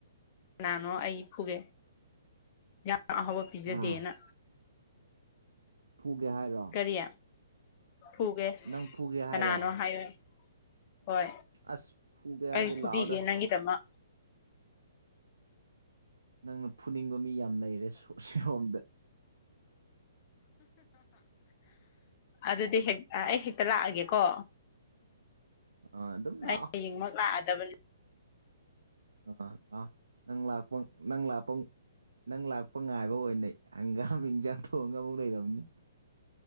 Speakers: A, on the left; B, on the right.
A: ꯀꯅꯥꯅꯣ ꯑꯩ ꯐꯨꯒꯦ ꯌꯥ ꯑꯍꯥꯎꯕ ꯄꯤꯖꯗꯦꯅ
B: ꯍꯥ ꯐꯨꯒꯦ ꯍꯥꯏꯔꯣ
A: ꯀꯔꯤ ꯐꯨꯒꯦ
B: ꯅꯪ ꯐꯨꯒꯦ
A: ꯀꯅꯥꯅꯣ
B: ꯍꯥꯏꯔꯣ
A: ꯍꯥꯏꯌꯣ ꯍꯣꯏ
B: ꯑꯁ ꯐꯨꯒꯦ ꯍꯥꯏꯔꯗꯤ
A: ꯑꯩ ꯐꯨꯕꯤꯒꯦ
B: ꯂꯥꯛꯑꯣꯗ
A: ꯅꯪꯒꯤꯗꯃꯛ
B: ꯅꯪꯅ ꯐꯨꯅꯤꯡꯕ ꯃꯤ ꯌꯥꯝ ꯂꯩꯔꯦ ꯁꯣꯝꯗ
A: ꯑꯗꯨꯗꯤ ꯍꯦꯛꯇꯥ ꯑꯩ ꯍꯦꯛ ꯂꯥꯛꯑꯒꯦꯀꯣ
B: ꯑꯥ ꯑꯗꯨꯝ
A: ꯑꯩ
B: ꯂꯥꯛꯑꯣ
A: ꯍꯌꯦꯡꯃꯛ ꯂꯥꯛꯑꯗꯕꯅꯤ
B: <unintelligible> ꯅꯪ ꯂꯥꯛꯄ ꯅꯪ ꯂꯥꯛꯄ ꯅꯪ ꯂꯥꯛꯄ ꯉꯥꯏꯕ ꯑꯣꯏꯅꯩ ꯍꯪꯒꯥꯝ ꯏꯟꯖꯥꯡ ꯊꯣꯡꯉꯒ ꯑꯃꯨꯛ ꯂꯩꯔꯝꯅꯤ